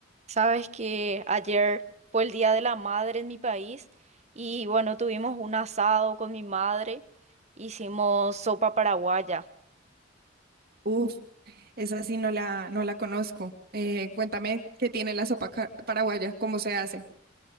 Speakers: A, on the right; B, on the right.
A: Sabes que ayer fue el Día de la Madre en mi país y bueno, tuvimos un asado con mi madre, hicimos sopa paraguaya.
B: Uf, esa sí no la, no la conozco. Eh, cuéntame qué tiene la sopa ca- paraguaya, cómo se hace.